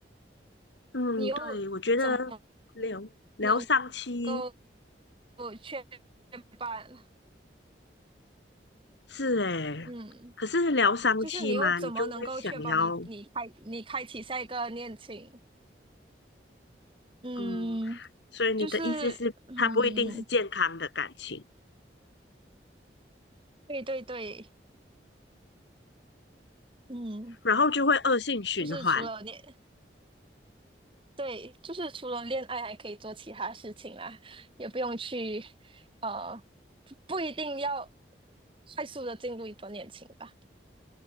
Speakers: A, on the left; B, on the right.
A: 嗯，
B: 你又怎么
A: 对，我觉得疗疗伤期
B: 能够确保？
A: 是诶，
B: 嗯，
A: 可是疗伤期嘛，
B: 就是你又怎么能够确保你你开你开启下一个恋情？
A: 你就会想要
B: 嗯，
A: 嗯，所以你的意思是，
B: 就是嗯，
A: 它不一定是健康的感情，
B: 对对对，嗯，
A: 然后就会恶性循环，
B: 就是除了恋。对，就是除了恋爱还可以做其他事情啦，也不用去，呃，不不一定要快速的进入一段恋情吧。